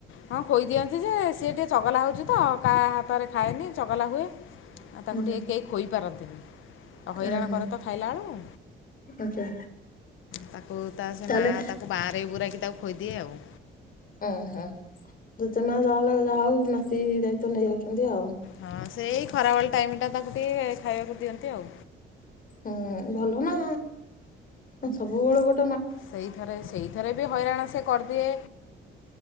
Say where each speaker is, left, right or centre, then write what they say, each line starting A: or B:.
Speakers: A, on the left (about 80°); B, on the left (about 45°).
A: ହଁ ଖୋଇ ଦିଅନ୍ତି ଯେ ସିଏ ଟିକିଏ ଚଗଲା ହେଉଛି ତ କାହା ହାତରେ ଖାଏନି ଚଗଲା ହୁଏ। ଆଉ
B: ହୁଁ
A: ତାକୁ ଟିକେ କେ ଖୋଇ ପାରନ୍ତିନି। ଆଉ ହଇରାଣ
B: ଉଁ ହୁଁ
A: ଘରେ ତ ଖାଇଲା ବେଳୁକୁ।
B: ଆଚ୍ଛା
A: ତାକୁ ତା ସେ
B: ତାହେଲେ
A: ମା ତାକୁ ବାଁରେ ବୁରାଇକି ତାକୁ ଖୋଇ ଦିଏ ଆଉ।
B: ଓ ହୋ ଜେଜେମା ଯାହା ହେଲେ ଯାହା ହଉ ଭ ତି ଦାୟିତ୍ଵ ନେଇ ଯାଉଛନ୍ତି ଆଉ।
A: ହଁ ସେଇ ଖରାବେଳ ଟାଇମ୍ଟା ତାକୁ ଟିକେ ଖାଇବାକୁ ଦିଅନ୍ତି ଆଉ।
B: ହୁଁ ଭଲ ନା ସବୁବେଳେ ଗୋ
A: ସେଇଥରେ ସେଇଥରେ ବି ହଇରାଣ ସେ କରିଦିଏ।